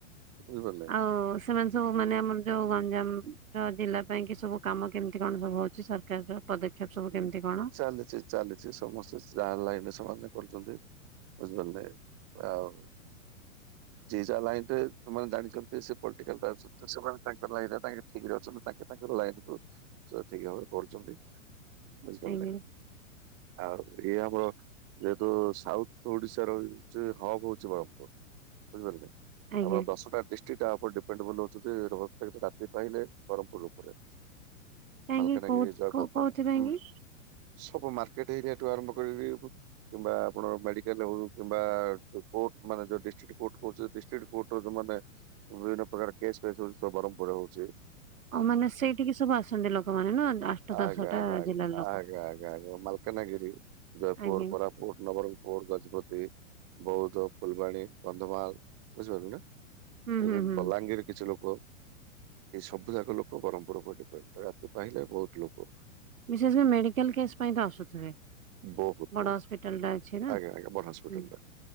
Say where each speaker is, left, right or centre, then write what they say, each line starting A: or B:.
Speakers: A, on the right; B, on the right.
A: ବୁଝିପାରିଲେ
B: ଆଉ ସେମାନେ ସବୁ ମାନେ ଆମର ଯୋଉ ଗଞ୍ଜାମର ଜିଲ୍ଲା ପାଇଁ ସବୁ କାମ କେମିତି କଣ ହଉଛି ସରକାରର ର? ପଦକ୍ଷେପ ସବୁ କେମିତି
A: ଉଁ
B: କଣ?
A: ଚାଲିଛି ଚାଲିଛି ସମସ୍ତେ ଯାହା ଲାଇନରେ ସବୁ ଆମେ କରୁଛନ୍ତି। ବୁଝିପାରିଲେ? ଆଉ ଯିଏ ଯା ଲାଇନରେ ସମାନେ ଜାଣିଚନ୍ତି ସେ ପଲଟିକାଲ ଟାକ୍ସ। ସେମାନେ ତାଙ୍କର ଲାଇନ ତାଙ୍କେ ଠିକ ରେ ଅଛନ୍ତି ତାଙ୍କେ ତାଙ୍କର ଲାଇନ କୁ ଠିକ ଭାବରେ କରୁଛନ୍ତି। ବୁଝିପାରିଲେ?
B: ଆଜ୍ଞା
A: ଆଉ ଇଏ ଆମର ଯେହେତୁ ସାଉଥ ଓଡ଼ିଶାର ରହୁଚି ହବ ହଉଛି ବମ। ବୁଝିପାରିଲେ?
B: ଆଜ୍ଞା
A: ଆମ ଦଶଟା ଡିଷ୍ଟ୍ରିକ୍ଟ ଆ ଉପରେ ଡିପେଣ୍ଡବଲ ହଉଛି ଯେ ର ରାତି ପାଇଲେ ବ୍ରହ୍ମପୁର ଉପରେ।
B: କାହିଁକି
A: ମାଲକାନଗିରିର
B: କୋଉ କୋଉ କୋଉଥିପାଇଁ
A: ହୁଁ
B: କି?
A: ସବୁ ମାର୍କେଟ ଏରେଆଠୁ ଆରମ୍ଭ କରି କରି କିମ୍ବା ଆପଣ ମେଡିକାଲ ହଉ କିମ୍ବା କୋଟ ମାନେ ଯୋଉ ଡିଷ୍ଟ୍ କୋଟ କହୁଚନ୍ତି ଡିଷ୍ଟିଡ କୋର୍ଟର ମାନେ ବିଭିନ୍ନ ପ୍ରକାରର କେସ୍ ଫେସ୍ ରହୁଛି ସବୁ ବ୍ରହ୍ମପୁରରେ ହଉଚି।
B: ଓ ମାନେ ସେଇଠିକି ସବୁ ଆସନ୍ତି ଲୋକମାନେ ନା ଆଠ
A: ଆଜ୍ଞା
B: ଦଶଟା
A: ଆଜ୍ଞା ଆଜ୍ଞା
B: ଜିଲ୍ଲାର ଲୋକ
A: ଆଜ୍ଞା ଆଜ୍ଞା ମାଲକାନାଗିରି, ଜୟପୁର,
B: ଆଜ୍ଞା।
A: କୋରା ପୁଟ, ନବରଙ୍ଗପୁର, ଗଜପତି, ବୌଦ୍ଧ, ଫୁଲବାଣୀ, କନ୍ଧମାଳ, ବୁଝିପାରିଲୁ ନା।
B: ହୁଁ
A: ଏବେ
B: ହୁଁ ହୁଁ
A: ବଲାଙ୍ଗୀର କିଛି ଲୋକ ଏ ସବୁ ଯାକ ଲୋକ ବ୍ରହ୍ମପୁର ଉପରେ ଡିପେଣ୍ଡ ତାକୁ କାହିଁକି ଆମେ ବହୁତ ଲୋକ
B: ବିଶେଷ କରି ମେଡିକାଲ କେସ୍ ପାଇଁ ତ ଆସୁଥିବେ।
A: ବହୁତ
B: ବଡ
A: ବହୁତ
B: ହସ୍ପିଟାଲ ଟା ଅଛି ନା।
A: ଆଜ୍ଞା ଆଜ୍ଞା ବଡ଼ ହସ୍ପିଟାଲଟା।
B: ହୁଁ